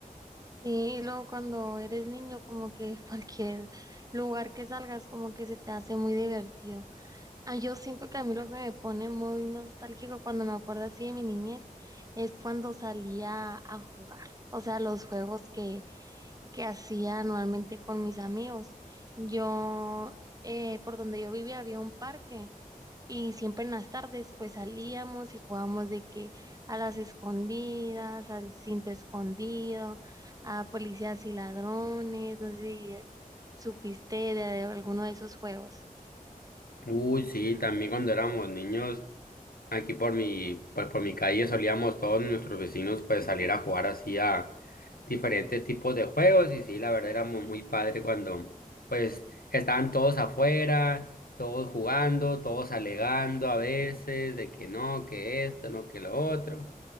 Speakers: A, on the right (about 25°); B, on the left (about 80°).
A: Sí, y luego cuando eres niño, como que <laughs> cualquier lugar que salgas, como que se te hace muy divertido. Ah, yo siento que a mí lo que me pone muy nostálgico cuando me acuerdo así de mi niñez es cuando salía a jugar, o sea, los juegos que, que hacía anualmente con mis amigos. Yo, eh, por donde yo vivía había un parque Y siempre en las tardes pues salíamos y jugábamos de que a las escondidas, al cinto escondido, a policías y ladrones, no sé si supiste de alguno de esos juegos.
B: Uy, sí, también cuando éramos niños. Aquí por mi, por, por mi calle solíamos todos nuestros vecinos pues salir a jugar así a diferentes tipos de juegos y sí, la verdad era muy, muy padre cuando pues estaban todos afuera, todos jugando, todos alegando a veces de que no, que esto, no, que lo otro.